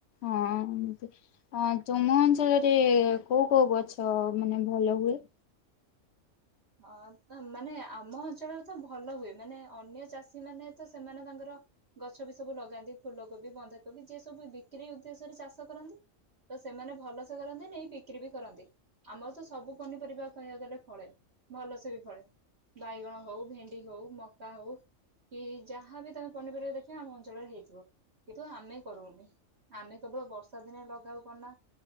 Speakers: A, on the left; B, on the right.
A: ହଁ ଏମତି। ଅ ତୁମ ଅଞ୍ଚଳରେ କୋଉ କୋଉ ଗଛ ମାନେ ଭଲ ହୁଏ?
B: ଅଁ ତ ମାନେ ଆମ ଅଞ୍ଚଳରେ ତ ଭଲ ହୁଏ ମାନେ ଅନ୍ୟ ଚାଷୀ ମାନେ ତ ସେମାନେ ତାଙ୍କର ଗଛ ବି ସବୁ ଲଗାନ୍ତି ଫୁଲ କୋବି, ବନ୍ଧାକୋବି ଯିଏ ସବୁ ବିକ୍ରି ଉଦ୍ଦେଶ୍ୟରେ ଚାଷ କରନ୍ତି। ତ ସେମାନେ ଭଲସେ କରନ୍ତି ନେଇ ବିକ୍ରି ବି କରନ୍ତି। ଆମର ତ ସବୁ ପନିପରିବା କହିବାକୁ ଗଲେ ଫଳେ। ଭଲ ସେ ବି ଫଳେ ବାଇଗଣ ହଉ ଭେଣ୍ଡି ହଉ ମକା ହଉ। କି ଯାହାବି ତମେ ପନିପରିବା ଦେଖିବ ଆମ ଅଞ୍ଚଳରେ ହେଇଥିବ। କିନ୍ତୁ ଆମେ କରୁଉନି ଆମେ କେବଳ ବର୍ଷା ଦିନେ ଲଗାଉ କନା